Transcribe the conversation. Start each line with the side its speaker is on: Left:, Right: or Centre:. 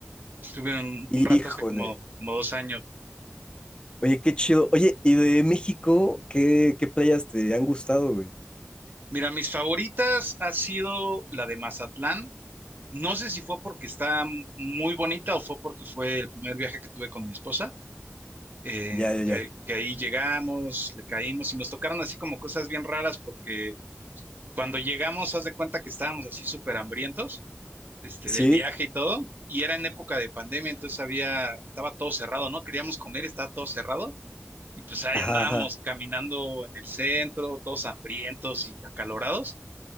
Right: Estuve un,
Left: Híjole.
Right: un rato hace como, como dos años.
Left: Oye, qué chido. Oye, ¿y de México qué, qué playas te han gustado, güey?
Right: Mira, mis favoritas ha sido la de Mazatlán No sé si fue porque está muy bonita o fue porque fue el primer viaje que tuve con mi esposa, eh,
Left: Ya, ya,
Right: que,
Left: ya.
Right: que ahí llegamos, le caímos y nos tocaron así como cosas bien raras porque cuando llegamos, haz de cuenta que estábamos así súper hambrientos, este,
Left: ¿Sí?
Right: del viaje y todo, y era en época de pandemia, entonces había, estaba todo cerrado, ¿no? Queríamos comer, estaba todo cerrado, y pues ahí
Left: Ajá,
Right: andábamos
Left: ajá.
Right: caminando en el centro, todos hambrientos y acalorados,